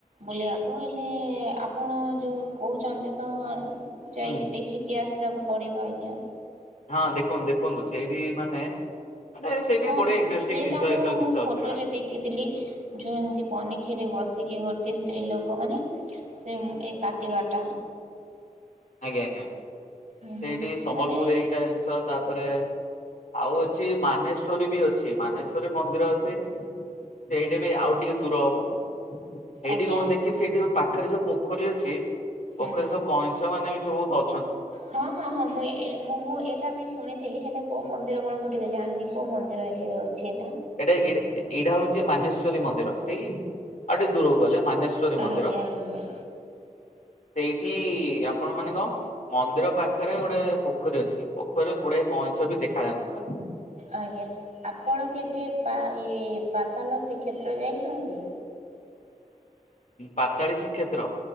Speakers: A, on the right (about 60°); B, on the left (about 60°).
A: ବୁଲିବାକୁ ହେଲେ ଆପଣ ଯୋଉ କହୁଛନ୍ତି ତ ଯାଇକି
B: ହୁଁ।
A: ଦେଖିକି ଆସିବାକୁ ପଡିବ ଆଜ୍ଞା।
B: ହଁ ଦେଖନ୍ତୁ ଦେଖନ୍ତୁ ସେଇଠି ମାନେ ମାନେ ସେଇଠି
A: ହଁ
B: ବଢିଆ ଇଣ୍ଟରେଷ୍ଟିଂ
A: ସେଟା
B: ଜିନିଷ
A: ମୁଁ
B: ଏଇ ସବୁ ଜିନିଷ
A: ମୁଁ ଫଟୋ
B: ଅଛି ପୁରା।
A: ରେ ଦେଖିଥିଲି ଯୋଉ ଏମିତି ପନିକିରେ ବସିକି ଗୋଟେ ତ୍ରୀ ସ୍ତ୍ରୀ ଲୋକମାନେେ ସେ ଏ କାଟିବାଟା
B: ଆଜ୍ଞା ଆଜ୍ଞା ସେଇଠି
A: ହୁଁ ହୁଁ
B: ସମ୍ବଲପୁର
A: ମାନେ
B: ଏଇଟା ଜିନିଷ ତାପରେ ଆଉ ଅଛି ମାନ େଶଵରୀ ବି ଅଛି ମାନେଶ୍ଵରୀ ମନ୍ଦିର ଅଛି ସେଇଟା ବି ଆଉ ଟିକେ ଦୂର ହବ ଏଇଠି
A: ଆଜ୍ଞା
B: କଣ ଦେଖି ସେଇଠି ପାଖ ପାଖରେ ଯୋଉ ପୋଖରୀ ଅଛି।
A: ହୁଁ।
B: ପଖରେ ସବ କହ ସେମାନେ ବି ସବୁତ
A: ହଁ ହଁ ହଁ ମୁଁ ଏ ମୁଁ ମୁଁ ଏଟା ବି ଶୁଣିଥିଲି ହେଲେ କୋଉ ମନ୍ଦିର କଣ ଟିକେ ଜାଣିନି କୋଉ ମନ୍ଦିର ଏଠି ଅଛିତ।
B: ଏଇଟା ଏଇଟା ହଉଛି ମାନେଶ୍ଵରୀ ମନ୍ଦିର ସେଇ ଆଉ ଟିକେ ଦୂରକୁ ଗଲେ। ମାନେଶ୍ଵରୀ ମନ୍ଦିର
A: ଆଜ୍ଞା ଆଜ୍ଞା
B: ସେଇଠି ଆପଣ ମାନେଙ୍କ ମନ୍ଦିର ପାଖରେ ଗୋଟେ ପୋଖରୀ ଅଛି ପୋଖରୀରେ ଗୁଡାଏ କଇଁଛ ବି ଦେଖାଯାନ୍ତି ପୁରା
A: ଆଜ୍ଞା ଆପଣ କେବେ ପା ଏ ପାତାଲ ଶ୍ରୀକ୍ଷେତ୍ର ଯାଇଛନ୍ତି।
B: ପାତାଳୀ ଶ୍ରୀକ୍ଷତ୍ର